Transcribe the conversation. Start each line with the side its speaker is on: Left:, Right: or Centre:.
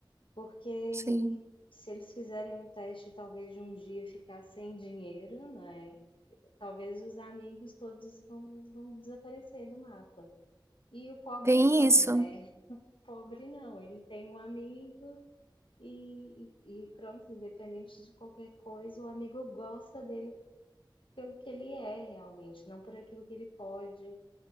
Left: Porque
Right: Sim.
Left: se eles fizerem um teste, talvez de um dia ficar sem dinheiro, né? Talvez os amigos todos vão, vão desaparecer do mapa. E o pobre
Right: Tem
Left: não,
Right: isso.
Left: né? O Pobre não, ele tem um amigo e, e- e pronto, independente de qualquer coisa, o amigo gosta dele pelo que ele é realmente, não por aquilo que ele pode